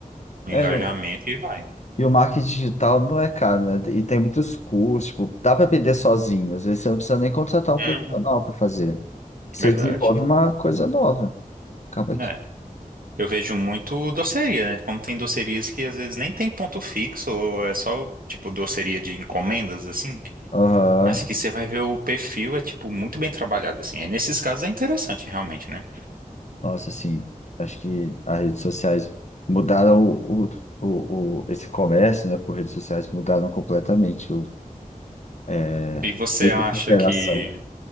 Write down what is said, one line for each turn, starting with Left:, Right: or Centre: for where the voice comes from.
Right: um
Left: É,
Right: engajamento e vai.
Left: E o marketing digital não é caro, né? E tem muitos cursos, tipo, dá para aprender sozinho. Às vezes você não precisa nem contratar um
Right: Uhum,
Left: profissional para fazer. Você
Right: verdade.
Left: desenvolve uma coisa nova. Acaba aqui.
Right: É. Eu vejo muito doceria, né? Como tem docerias que às vezes nem tem ponto fixo, ou é só tipo doceria de encomendas, assim.
Left: Aham.
Right: Mas que você vai ver o perfil é tipo muito bem trabalhado, assim. Aí, nesses casos é interessante realmente, né?
Left: Nossa, assim, acho que as redes sociais mudaram o, o, o, o- esse comércio, né? Por redes sociais mudaram completamente o, é,
Right: E você
Left: a
Right: acha
Left: interação.
Right: que